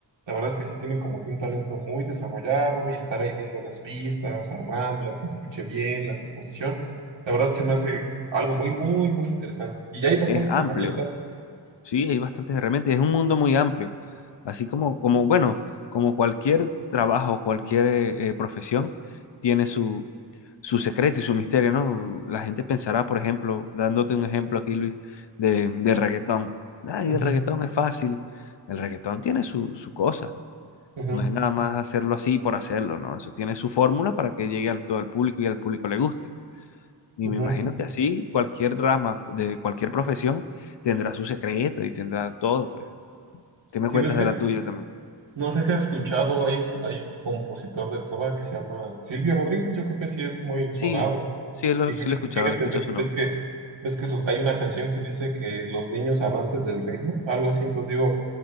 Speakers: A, on the right (about 85°); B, on the left (about 75°).
A: la verdad es que sí tienen como que un talento muy desarrollado y estar ahí viendo las pistas, armándolas, que se escuche bien la composición, la verdad se me hace algo muy, muy, muy interesante. Y ya hay bastantes
B: Es amplio,
A: herramientas.
B: sí, hay bastantes herramientas, es un mundo muy amplio. Así como, como bueno, como cualquier trabajo, cualquier eh, eh, profesión tiene su, su secreto y su misterio, ¿no? La gente pensará, por ejemplo, dándote un ejemplo aquí, Luis, de, del reggaetón. Ay,
A: Ujú,
B: el reggaetón es fácil. El reggaetón tiene su, su cosa.
A: ujú,
B: No es nada más hacerlo así por hacerlo, ¿no? Eso tiene su fórmula para que llegue a todo el público y al público le guste. Y
A: ujú.
B: me imagino que así cualquier rama de cualquier profesión tendrá su secreto y tendrá todo, pues. ¿Qué me
A: Sí,
B: cuentas
A: ves que
B: de la tuya también?
A: No sé si has escuchado, hay un, hay un compositor de trova que se llama Silvio Rodríguez, yo creo que sí es muy
B: Sí,
A: sonado.
B: sí lo,
A: Y fíjate,
B: sí lo he escuchado,
A: fíjate,
B: he escuchado
A: ve-
B: su nombre.
A: ves que, ves que su- hay una canción que dice que los niños amantes del ritmo, algo así, entonces digo,